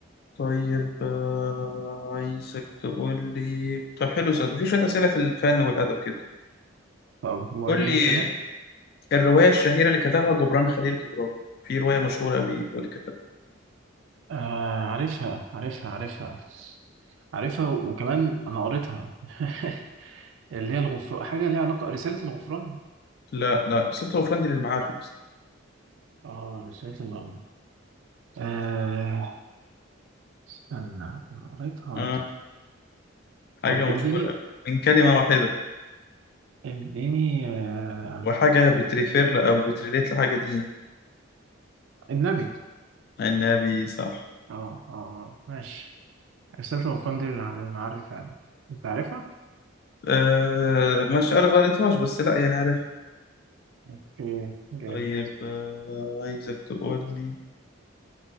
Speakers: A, on the left; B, on the right.
A: طيب آه عايزك تقول لي طب حلو صدق في شوية أسئلة في الفن والأدب كده
B: طب وريني
A: قول لي
B: كده
A: الرواية الشهيرة اللي كتبها جبران خليل جبران في رواية مشهورة أوي هو اللي كتبها
B: آه عارفها عارفها عارفها عارفها وكمان انا قريتها <laughs> اللي هي الغفران حاجة ليها علاقة رسالة الغفران
A: لا لا سلطة وفندي للمعارف يا اسطى.
B: اه رسالة الغفران آه استنى انا قريتها
A: آه حاجة
B: طب اديني
A: مشهورة أوي من كلمة واحدة
B: اديني آه
A: وحاجة بتريفير ل- أو بتريليت لحاجة دي
B: النبي
A: النبي صح
B: اه اه آه، ماشي رسالة الغفران دي للع- للمعري فعلا انت عارفها؟
A: آه مش قريتهاش بس لا يعني عارف
B: اوكي جامد
A: طيب آه، عايزك تقول لي